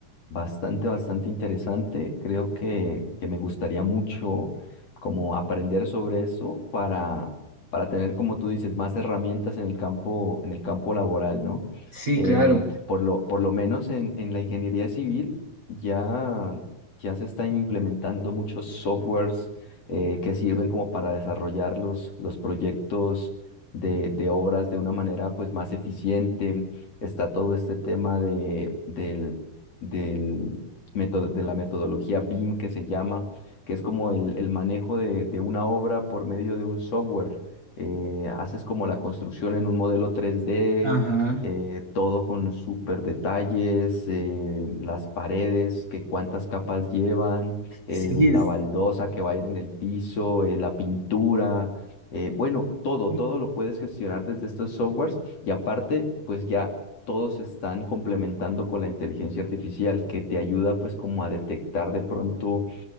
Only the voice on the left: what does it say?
bastante, bastante interesante. Creo que, que me gustaría mucho como aprender sobre eso para, para tener, como tú dices, más herramientas en el campo, en el campo laboral, ¿no?
Eh,
por lo, por lo menos en, en la ingeniería civil ya, ya se están implementando muchos softwares eh, que sirven como para desarrollar los, los proyectos de, de obras de una manera pues más eficiente. Está todo este tema de, del, del método, de la metodología BIM que se llama, que es como el, el manejo de, de una obra por medio de un software. Eh, haces como la construcción en un modelo 3D,
eh, todo con súper detalles, eh, las paredes, que cuántas capas llevan, eh,
la
baldosa que va a ir en el piso, eh, la pintura eh, bueno, todo,
todo lo puedes gestionar desde estos softwares y aparte, pues ya todos se están complementando con la inteligencia artificial que te ayuda pues como a detectar de pronto